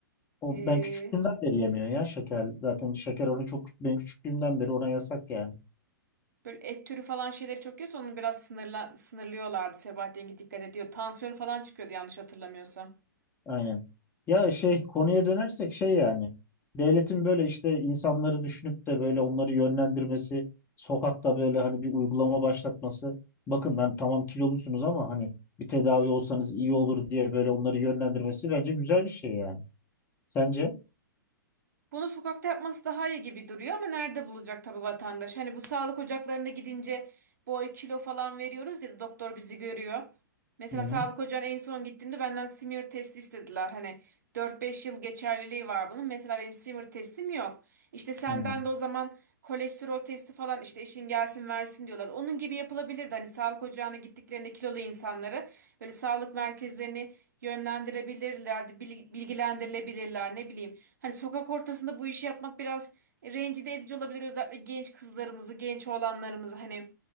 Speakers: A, on the left; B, on the right.
A: O
B: Ee,
A: ben küçüklüğümden beri yemiyor ya şeker. Zaten şeker onu çok ben küçüklüğümden beri ona yasak yani.
B: Böyle et türü falan şeyleri çok yiyorsa onu biraz sınırla, sınırlıyorlardı. Sebahattin Yenge dikkat ediyor. Tansiyonu falan çıkıyordu yanlış hatırlamıyorsam.
A: Aynen. Ya şey konuya dönersek şey yani. Devletin böyle işte insanları düşünüp de böyle onları yönlendirmesi, sokakta böyle hani bir uygulama başlatması. Bakın ben tamam kilolusunuz ama hani bir tedavi olsanız iyi olur diye böyle onları yönlendirmesi bence güzel bir şey yani. Sence?
B: Bunu sokakta yapması daha iyi gibi duruyor ama nerede bulacak tabii vatandaş? Hani bu sağlık ocaklarına gidince boy kilo falan veriyoruz ya da doktor bizi görüyor. Mesela
A: Hı hı.
B: sağlık ocağına en son gittiğimde benden smear testi istediler. Hani dört beş yıl geçerliliği var bunun. Mesela benim smear testim yok. İşte senden
A: Hı.
B: de o zaman kolesterol testi falan işte eşin gelsin versin diyorlar. Onun gibi yapılabilirdi. Hani sağlık ocağına gittiklerinde kilolu insanları böyle sağlık merkezlerini yönlendirebilirler, bil- bilgilendirilebilirler ne bileyim. Hani sokak ortasında bu işi yapmak biraz rencide edici olabilir özellikle genç kızlarımızı, genç oğlanlarımızı hani